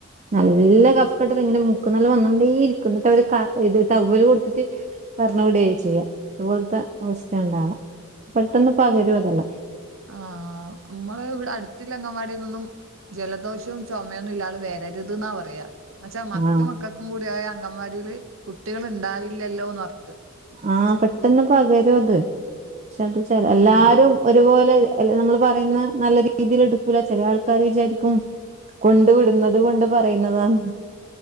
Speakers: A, on the right; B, on the right.
A: നല്ല കഫ്കെട്ട് ഇങ്ങനെ മുക്കനല്ലോം വന്നോണ്ടേഇരിക്ക്‌ന്ന് ന്ന്ട്ടവര് ക ദ് ടവ്വല് കൊട്ത്ട്ട് പറഞ്ഞു വിടേയ്യും ചെയ്യാ... ഇതുപോൽതെ അവസ്ഥയണ്ടാവാ പെട്ടന്ന് പകരുംഅതെല്ലാം....
B: ആ... മ്മള് വിടെ അടുത്തിള്ള അംഗൻവാടിന്നൊന്നും ജലദോഷോം ചൊമയൊന്നില്ലാതെ വരരുത് ന്നാ... പറയാ ന്നച്ചാ.. മറ്റു
A: ആഹ്
B: മക്കൾക്കുംകൂഡ്യായാ.. വാഡീല് കുട്ടികളുണ്ടാവില്ലല്ലോന്നർത്ഥം.
A: ആ... പെട്ടെന്ന് പകരുവത് ചെ ചെ എല്ലാരും
B: ഉം.
A: ഒരുപോലെ അല്ല നമ്മള് പറയുന്ന നല്ല രീതില് എടുക്കൂല ചെല ആൾക്കാാര് വിചാരിക്കും കൊണ്ട് വിടുന്നത് കൊണ്ട് പറയുന്നതാന്ന്